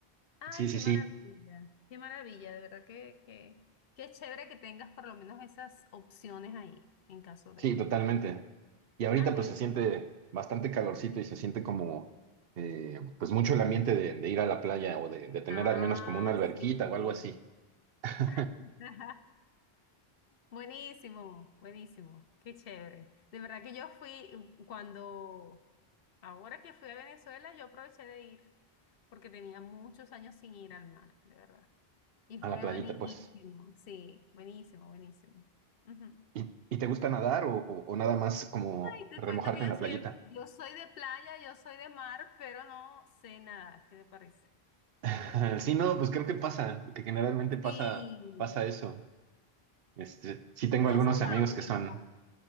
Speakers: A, on the left; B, on the right.
A: Ay,
B: Sí, sí,
A: qué
B: sí,
A: maravilla, qué maravilla, de verdad que, que, qué chévere que tengas por lo menos esas opciones ahí, en caso de.
B: sí, totalmente. Y ahorita
A: Ay, bueno.
B: pues se siente bastante calorcito y se siente como eh, pues mucho el ambiente de, de ir a la playa o de, de tener
A: Ah,
B: al menos como una alberquita
A: sí.
B: o algo así. <laughs>
A: <laughs> Buenísimo, buenísimo, qué chévere. De verdad que yo fui cuando, ahora que fui a Venezuela, yo aproveché de ir, porque tenía muchos años sin ir al mar, de verdad. Y fue
B: A la playita,
A: buenísimo,
B: pues.
A: sí, buenísimo, buenísimo. Ujú.
B: ¿Y, y te gusta nadar o, o- o nada más como
A: Y te
B: remojarte
A: cuento que yo
B: en la
A: soy
B: playita?
A: de, yo soy de playa, yo soy de mar, pero no sé nadar. ¿Qué te parece?
B: <laughs> Sí, no, pues creo que pasa, que generalmente pasa,
A: Sí,
B: pasa eso. Este, sí tengo
A: no
B: algunos
A: soy
B: amigos
A: la
B: que
A: única.
B: son,